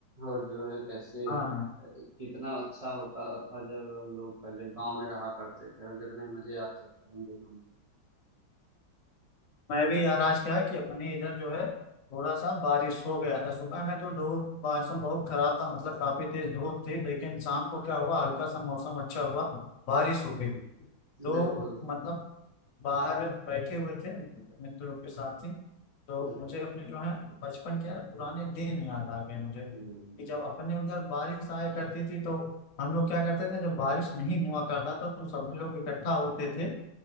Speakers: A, on the right (about 40°); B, on the left (about 50°).
A: और जो है कैसे
B: हाँ हाँ,
A: कितना अच्छा होता था जब हम लोग पहले गांव में रहा करते थे और कितने मजे आते थे उन दिनों
B: मैं भी यार आज क्या है कि अपने इधर जो है थोड़ा सा बारिश हो गया था सुबह में तो धूप मौसम बहुत खराब था मतलब काफी तेज धूप थी लेकिन शाम को क्या हुआ हल्का सा मौसम अच्छा हुआ बारिश हो गई
A: में
B: तो
A: बिल्कुल
B: मतलब बाहर बैठे हुए थे मित्रों के साथ ही तो
A: बिल्कुल
B: मुझे अपने जो है बचपन के पुराने दिन याद आ गए मुझे
A: हम्म,
B: कि जब अपने उधर बारिश आया करती थी तो हम लोग क्या करते थे जब बारिश नहीं हुआ करता था तो सभी लोग इकट्ठा होते थे